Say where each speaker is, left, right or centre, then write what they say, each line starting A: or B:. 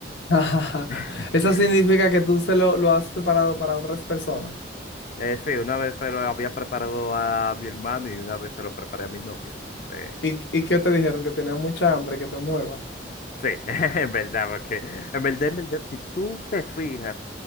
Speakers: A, on the left (about 85°); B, on the left (about 50°).
A: <laughs>
B: <laughs>
A: Eso significa que tú se lo, lo has preparado para otras personas.
B: Eh, sí, una vez se lo había preparado a mi hermano y una vez se lo preparé a mi novia. Entonces,
A: ¿Y, y qué te dijeron? Que tenías mucha hambre, que te muevas.
B: sí, <laughs> en verdad, porque en verdad, en verdad, si tú te fijas,